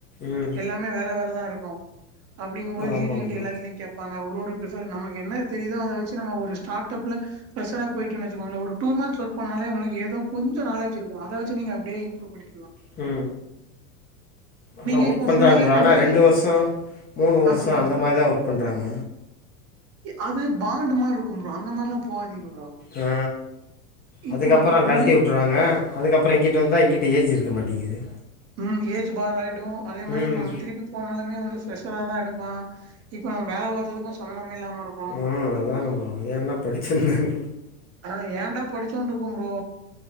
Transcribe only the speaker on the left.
ம்
ஆமாம்
ப்ரோ
உ ஆனா
ஒர்க்
பண்ணுறாங்கப்ரா
ஆனா ரெண்டு வருஷோ மூணு வருஷோ
அந்த
மாரி தா ஒர்க் பண்றாங்க
ஆ
அதுக்கப்புறோ
கழட்டி விட்டுறாங்க அதுக்கப்புறோ இங்க்கிட்டே வந்தா இங்கிட்ட ஏஜ் இருக்க மாட்டேங்குது
ம்
ஆ அதான ப்ரோ என்ன படிச்சேன்னந்